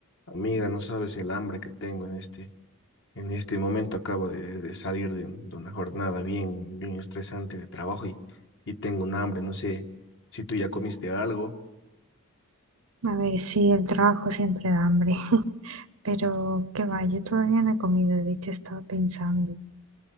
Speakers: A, on the left (about 60°); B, on the right (about 75°).
A: Amiga, no sabes el hambre que tengo en este, en este momento. Acabo de, de salir de, de una jornada bien, bien estresante de trabajo y, y tengo un hambre. No sé si tú ya comiste algo,
B: A ver, sí, el trabajo siempre da hambre, <laughs> pero qué va, yo todavía no he comido, de hecho estaba pensando